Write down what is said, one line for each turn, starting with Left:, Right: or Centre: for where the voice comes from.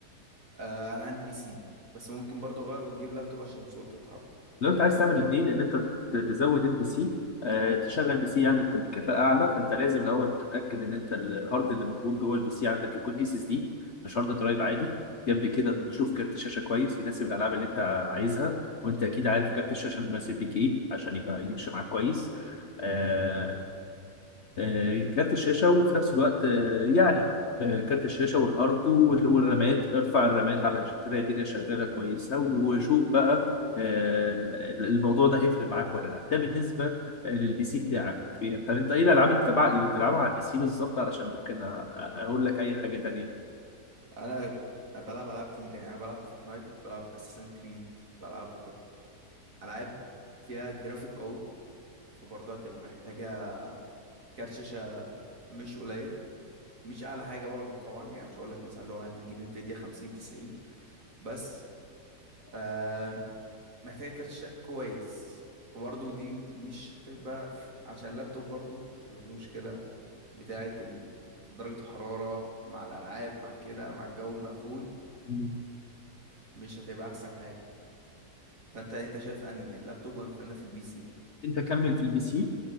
Right: آه انا عندي بي سي بس ممكن برضو اغير واجيب لابتوب عشان سهوله التحرك
Left: لو انت عايز تعمل الاثنين ان انت ت- تزود البي سي آه، تشغل بي سي يعني بت- بكفاءه اعلى فانت لازم الاول تتاكد ان انت ال- الهارد اللي موجود جوه البي سي عندك يكون اس اس دي مش هارد درايف عادي جنب كده
Right: امم
Left: تشوف كارت الشاشه كويس يناسب الالعاب اللي انت عايزها وانت اكيد عارف كارت الشاشه المناسب ليك ايه عشان يبقى يمشي معاك كويس آه،
Right: امم
Left: آه، كارت الشاشة وفي نفس الوقت آه، يعني آه، كارت الشاشة والهارد وال- والرامات ارفع الرامات على تلاقي الدنيا شغالة كويسة وشوف بقى آه، الموضوع ده هيفرق معاك ولا لا ده بالنسبة للبي سي بتاعك يعني طب انت ايه الالعاب اللي بتلعبها اللي بتلعبها على البي سي بالظبط علشان ممكن أ- اقول لك اي حاجة تانية
Right: انا بلعب العاب تقيله يعني أنا بلعب فورتنايت بلعب اساسن كريد بلعب العاب فيها جرافيك قوي فبرضه هتبقى محتاجه كارت شاشه مش قليل مش اعلى حاجه برضه طبعا يعني مش هقول لك مثلا لو انا نجيب انفيديا 50 90 بس آه محتاجه كارت شاشة كويس فبرضه دي مش هتبقى في... عشان اللابتوب برضه هتبقى فيه مشكله بتاعه ال... درجه الحراره مع الالعاب مع كده مع الجو المقفول
Left: مم.
Right: مش هتبقى احسن حاجه فانت انت شايف اني يعني اللابتوب ولا خلينا في البي سي
Left: انت كمل في البي سي